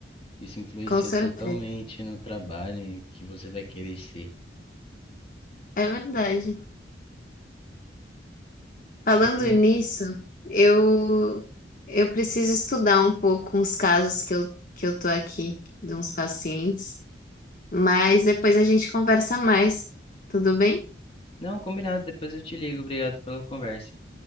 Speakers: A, on the left; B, on the left.
A: Isso influencia
B: com certeza.
A: totalmente no trabalho e que você vai querer ser.
B: É verdade. Falando
A: Você tem...
B: nisso, eu eu preciso estudar um pouco uns casos que eu que eu tô aqui de uns pacientes, mas depois a gente conversa mais. Tudo bem?
A: Não, combinado. Depois eu te ligo. Obrigado pela conversa.